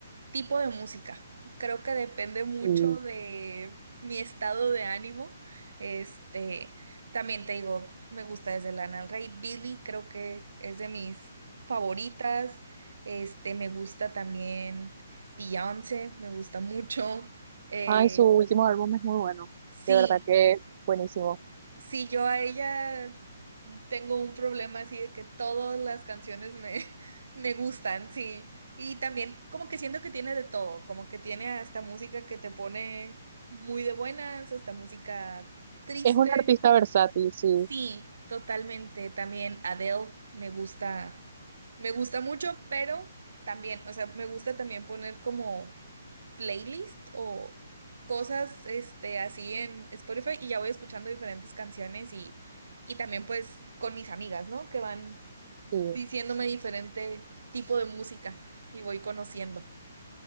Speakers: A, on the right (about 75°); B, on the right (about 30°).
A: tipo de música. Creo que depende mucho
B: Sí.
A: de mi estado de ánimo. Este, también te digo, me gusta desde Lana del Rey. Billie creo que es de mis favoritas. Este, me gusta también Beyoncé, me gusta mucho. Eh,
B: Ay, su último álbum es muy bueno.
A: sí.
B: De verdad que buenísimo.
A: Sí, yo a ella tengo un problema así de que todas las canciones me, <laughs> me gustan, sí. Y también como que siento que tiene de todo, como que tiene hasta música que te pone muy de buenas, hasta música triste.
B: Es un artista versátil, sí.
A: Sí, totalmente. También Adele me gusta, me gusta mucho, pero también, o sea, me gusta también poner como playlist o cosas este, así en Spotify y ya voy escuchando diferentes canciones y, y también pues con mis amigas, ¿no? Que van
B: sí.
A: diciéndome diferente tipo de música y voy conociendo.